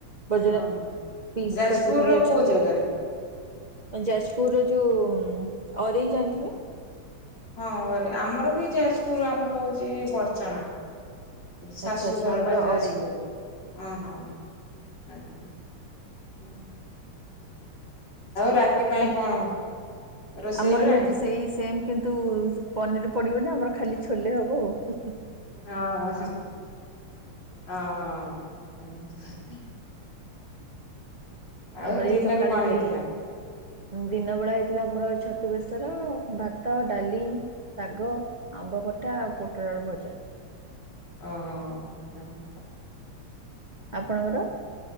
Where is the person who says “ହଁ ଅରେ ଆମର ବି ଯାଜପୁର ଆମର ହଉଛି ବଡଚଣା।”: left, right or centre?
Left